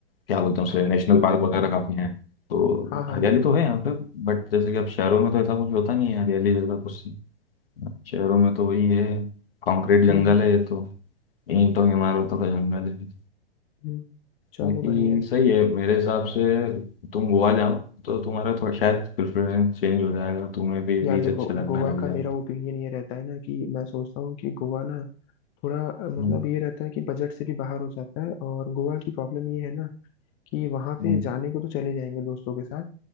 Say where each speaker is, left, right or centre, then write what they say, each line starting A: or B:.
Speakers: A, on the left; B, on the left.
A: क्या बोलते हैं उसे नेशनल पार्क वगैरह काफ़ी हैं तो
B: हाँ हाँ
A: हरियाली तो है यहाँ पे बट जैसे कि अब शहरों में तो ऐसा कुछ होता नहीं है हरियाली जैसा कुछ शहरों में तो वही है कंक्रीट जंगल
B: हम्म हम्म,
A: है ये तो ईंटों की इमारतों का जंगल है
B: हम्म। चलो
A: बाकी
B: बढ़िया है
A: सही है मेरे हिसाब से तुम गोवा जाओ तो तुम्हारा थोड़ा शायद प्रेफरेंस चेंज हो जाएगा तुम्हें भी
B: यार
A: बीच
B: देखो
A: अच्छा लगने
B: गोवा
A: लग
B: का
A: जाएगा
B: मेरा ओपिनियन ये रहता है ना कि मैं सोचता हूँ कि गोवा ना थोड़ा अ, मतलब
A: हम्म
B: ये रहता है कि बजट से भी बाहर हो जाता है और गोवा की प्रॉब्लम ये है ना कि वहाँ
A: हम्म
B: पे जाने को तो चले जाएंगे दोस्तों के साथ